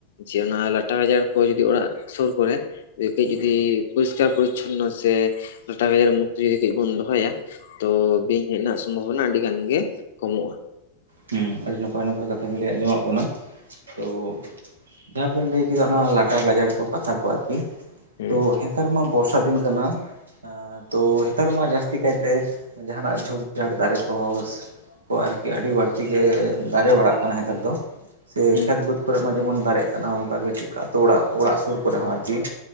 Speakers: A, on the left; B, on the right.
A: ᱡᱮ ᱚᱱᱟ ᱞᱟᱴᱟ ᱜᱟᱡᱟᱲ ᱠᱚ ᱡᱩᱫᱤ ᱚᱲᱟᱜ ᱥᱩᱨ ᱠᱚᱨᱮ ᱠᱟᱹᱡ ᱡᱩᱫᱤ ᱯᱚᱨᱤᱥᱠᱟᱨ ᱯᱚᱨᱤᱪᱪᱷᱚᱱᱱᱚ ᱥᱮ ᱞᱟᱴᱟ ᱜᱟᱡᱟᱨ ᱢᱩᱠᱛᱤ ᱡᱩᱫᱤ ᱠᱟᱹᱡ ᱵᱚᱱ ᱫᱚᱦᱚᱭᱟ ᱾ ᱛᱚ ᱵᱤᱧ ᱦᱮᱡ ᱨᱮᱱᱟᱜ ᱥᱚᱢᱵᱷᱚᱵᱚᱱᱟ ᱟᱹᱰᱤᱜᱟᱱ ᱜᱮ ᱠᱚᱢᱚᱜ-ᱟ ᱾
B: ᱦᱮᱸ ᱟᱹᱰᱤ ᱱᱟᱯᱟᱭ ᱱᱟᱯᱟᱭ ᱠᱟᱛᱷᱟ ᱵᱤᱱ ᱞᱟᱹᱭ ᱟᱸᱡᱚᱢᱟᱜ ᱵᱚᱱᱟ ᱛᱚ ᱡᱟᱦᱟᱸ ᱵᱮᱱ ᱞᱟᱹᱭ ᱠᱮᱫᱟ ᱚᱱᱟ ᱞᱟᱴᱟ ᱜᱟᱡᱟᱲ ᱠᱚ ᱠᱟᱛᱷᱟ ᱠᱚ ᱟᱨᱠᱤ
A: ᱦᱩᱸ
B: ᱛᱚ ᱦᱮᱛᱟᱨ ᱢᱟ ᱵᱚᱨᱥᱟ ᱫᱤᱱ ᱠᱟᱱᱟ ᱛᱚ ᱱᱮᱛᱟᱨ ᱢᱟ ᱡᱟᱹᱥᱛᱤ ᱠᱟᱭᱛᱮ ᱡᱟᱦᱟᱸᱱᱟᱜ ᱡᱷᱩᱯ ᱡᱷᱟᱴ ᱫᱟᱨᱮ ᱠᱚ ᱠᱚ ᱟᱨᱠᱤ ᱟᱹᱰᱤ ᱵᱟᱹᱲᱛᱤ ᱜᱮ ᱫᱟᱨᱮ ᱵᱟᱲᱟᱜ ᱠᱟᱱᱟ ᱦᱮᱛᱟᱨ ᱫᱚ ᱥᱮ
A: ᱦᱩᱸ
B: ᱠᱷᱮᱛ ᱵᱟᱹᱫᱽ ᱠᱚᱨᱮ ᱢᱟ ᱡᱮᱢᱚᱱ ᱫᱟᱨᱮᱜ ᱠᱟᱱᱟ ᱚᱝᱠᱟ ᱜᱮ ᱴᱷᱤᱠ ᱟᱹᱛᱩ ᱚᱲᱟᱜ ᱚᱲᱟᱜ ᱥᱩᱨ ᱠᱚᱨᱮ ᱦᱚᱸ <unintelligible>